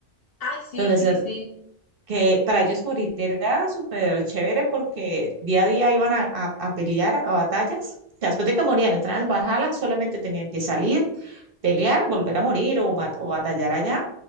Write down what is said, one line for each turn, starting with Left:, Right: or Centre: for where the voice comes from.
Left: Ay, sí,
Right: donde
Left: sí,
Right: se
Left: sí.
Right: que para ellos morir era súper chévere porque día a día iban a, a- a pelear a batallas. O sea, después de que morían, entraban al Valhalla, solamente tenían que salir, pelear, volver a morir o, bat- o batallar allá